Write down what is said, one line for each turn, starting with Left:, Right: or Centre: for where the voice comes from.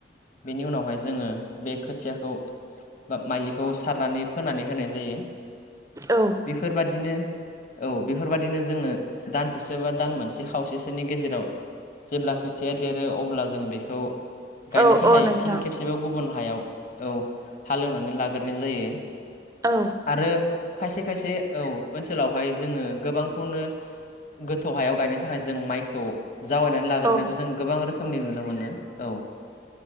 Left: बेनि उनावहाय जोङो बे खोथियाखौ बा माइलिखौ सारनानै फोनानै होनाय जायो।
Right: औ
Left: बेफोरबादिनो औ बेफोरबाददिनो जोङो। दानसेसो बा दान मोनसे खावसेसोनि गेजेराव जेब्ला खोथिया देरो अब्ला जों बेखौ गायनो
Right: औ
Left: थाखाय
Right: औ नोंथां
Left: फिन खेबसेबाव गुबुन हायाव औ हालेवनानै लाग्रोनाय जायो।
Right: औ
Left: आरो खायसे खायसे औ ओनसोलावहाय जोङो गोबांखौनो गोथौ हायाव गायनो थाखाय जों माइखौ जावायनानै लाग्रोनबो
Right: औ
Left: जों गोबां रोखोमनि नुनो मोनो औ